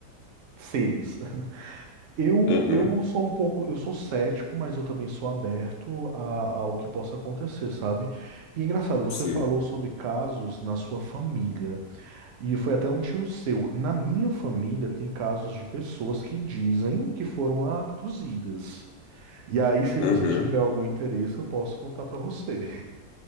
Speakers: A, on the right; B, on the left.
A: seres. Eu,
B: aham,
A: eu sou um pouco, eu sou cético, mas eu também sou aberto a- ao que possa acontecer, sabe? E é engraçado, você
B: sim,
A: falou sobre casos na sua família, e foi até um tio seu. Na minha família tem casos de pessoas que dizem que foram abduzidas. E aí, se
B: aham.
A: você tiver algum interesse, eu posso contar pra você.